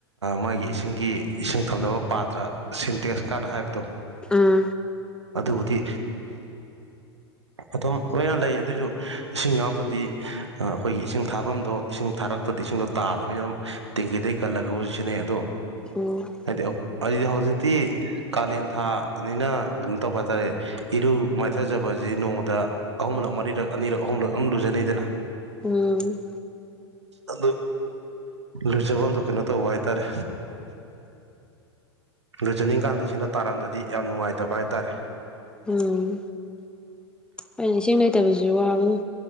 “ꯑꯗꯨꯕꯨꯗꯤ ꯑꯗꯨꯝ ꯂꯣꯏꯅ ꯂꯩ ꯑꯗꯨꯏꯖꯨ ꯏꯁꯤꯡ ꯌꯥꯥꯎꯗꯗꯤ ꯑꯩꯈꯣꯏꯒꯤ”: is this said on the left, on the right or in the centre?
Right